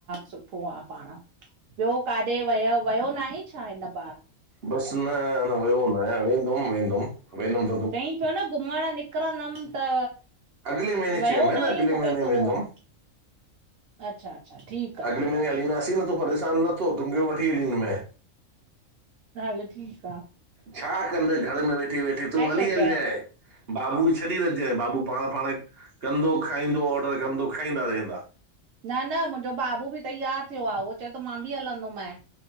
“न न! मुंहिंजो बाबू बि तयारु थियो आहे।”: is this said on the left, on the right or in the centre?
Right